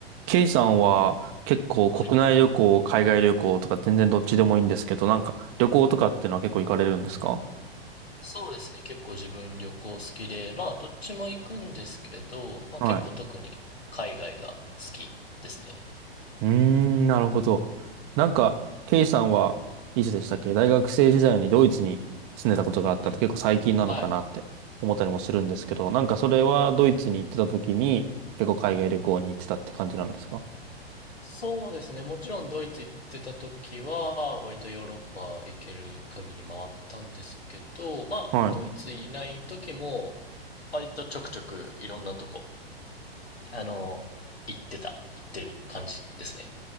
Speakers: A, on the right (about 25°); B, on the left (about 75°).
A: ケイさんは結構国内旅行、
B: はい、
A: 海外旅行とか全然どっちでもいいんですけど、なんか旅行とかってのは結構行かれるんですか
B: そうですね。結構自分旅行好きで、まあどっちも行くんですけど、まあ結構特に海外が好きですね。
A: はい。うーん、なるほど。なんか、ケイさんはいつでしたっけ大学生時代にドイツに住んでたことがあったって結構最近なのかなって思ったりもするんですけど、
B: うんうん。はい。
A: なんかそれはドイツに行ってた時に結構海外旅行に行ってたって感じなんですか
B: そうですね。もちろんドイツ行ってた時は、割とヨーロッパ行ける限り回ったんですけど、まあドイツいない時も、
A: はい。う
B: 割とちょくちょくいろんなとこ、あの、行ってた、行ってる感じですね。